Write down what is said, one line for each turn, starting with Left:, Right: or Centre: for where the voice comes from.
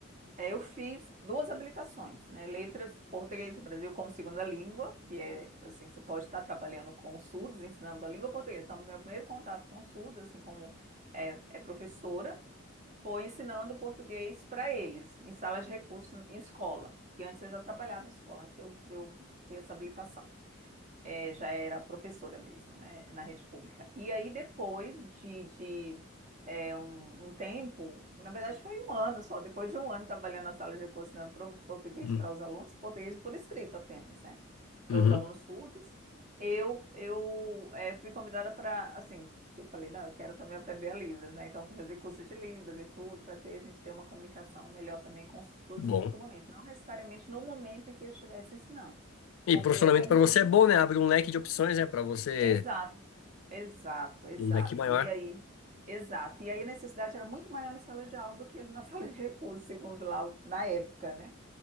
Right: É, eu fiz duas habilitações, né? Letras, português do Brasil como segunda língua, que é, assim, você pode estar trabalhando com o SUDES, ensinando a língua portuguesa. Então, meu primeiro contato com o SUDES, assim como é, é professora, foi ensinando português para eles, em salas de recursos, em escola. Que antes eu já trabalhava em escola, antes de eu, de eu ter essa habilitação é, já era professora mesmo, né, na rede pública. E aí, depois de, de, é, um, um tempo, na verdade foi um ano só, depois de um ano trabalhando na sala de recursos ensinando pro- português
Left: Hum,
Right: para os alunos, português por escrito apenas, né, para
Left: Uhum.
Right: os alunos surdos, eu, eu é, fui convidada para, assim, que eu falei, não, eu quero também aprender a Libras, né, então fui fazer curso de Libras e tudo, para ter, a gente ter uma comunicação melhor também com os surdos
Left: Bom.
Right: em outro momento, não necessariamente no momento em que eu estivesse ensinando,
Left: E
Right: porque
Left: profissionalmente
Right: é como...
Left: para você é bom, né? Abre um leque de opções, né? Para você,
Right: Exato. Exato, exato.
Left: um leque maior.
Right: E aí, exato. E aí a necessidade era muito maior em sala de aula do que na <laughs> sala de recursos, segundo lá o- na época, né?